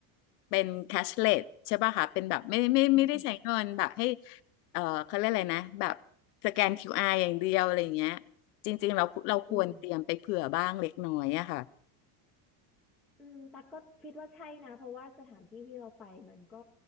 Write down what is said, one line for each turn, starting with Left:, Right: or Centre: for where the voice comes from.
Left: เป็นแคชเลสใช่ป่ะคะเป็นแบบไม่ไม่ไม่ได้ใช้เงินแบบให้
Centre: อือหือ
Left: เอ่อเขาเรียกอะไรนะแบบสแกน QR อาร์อย่างเดียวอะไรอย่างเงี้ยจริงๆเราเราควรเตรียมไปเผื่อบ้างเล็กน้อยอะค่ะ
Centre: อืมอืมตักก็คิดว่าใช่นะ เพราะว่าสถานที่ที่เราไปมันก็